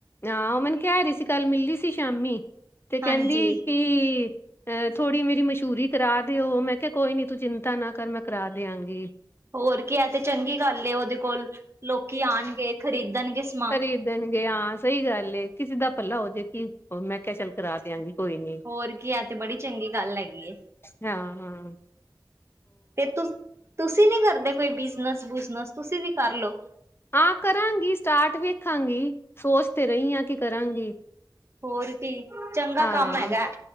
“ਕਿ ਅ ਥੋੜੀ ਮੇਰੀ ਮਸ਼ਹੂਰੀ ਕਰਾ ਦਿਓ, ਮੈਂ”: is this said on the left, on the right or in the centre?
Left